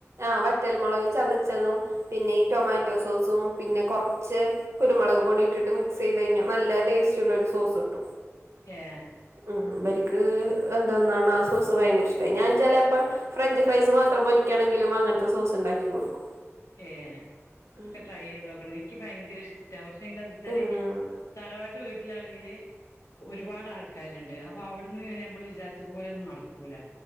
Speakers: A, on the right; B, on the left.
A: ആഹ് വറ്റൽമുളക് ചതച്ചതും പിന്നെ ഈ ടൊമാറ്റോ സോസും പിന്നെ കുറച്ച് കുരുമുളക് പൊടി ഇട്ടിട്ട് മിക്സ് ചെയ്ത് കഴിഞ്ഞാൽ നല്ല ടേസ്റ്റ് ഉള്ള ഒരു സോസ് ഇട്ടും
B: ഏ
A: ഉം അവർക്ക് എന്തോന്നാണ് ആ സോസ് ഭയങ്കര ഇഷ്ടമായി ഞാൻ ചിലപ്പം ഫ്രഞ്ച് ഫ്രൈസ് മാത്രം പൊരിക്കാണെങ്കിലും അങ്ങനത്തെ സോസ് ഉണ്ടാക്കി കൊടുക്കും
B: ഏഹ്
A: ഉം
B: ഒക്കെ ട്രൈ ചെയ്ത് നോക്കണം എനിക്ക് ഭയങ്കര ഇഷ്ട പക്ഷെ എന്ന വെച്ചാല്
A: ആഹ്
B: തറവാട്ട് വീട്ടിലാണെങ്കില് ഒരുപാട് ആൾക്കാരുണ്ട് അപ്പൊ അവിടുന്ന് ഇങ്ങനെ നമ്മൾ വിചാരിച്ച് ലൊന്നും നടക്കൂല